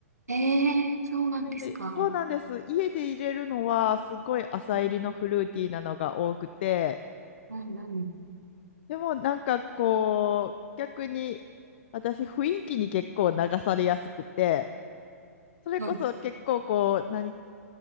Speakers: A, on the right (about 85°); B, on the left (about 45°).
A: えー、そうなんですか。
B: なんで、そうなんです。家で入れるのは、すごい朝入りのフルーティーなのが多くて、
A: うん、うん、うん。
B: でもなんかこう、逆に、私、雰囲気に結構流されやすくて、それこそ結構こう、
A: うん
B: 何、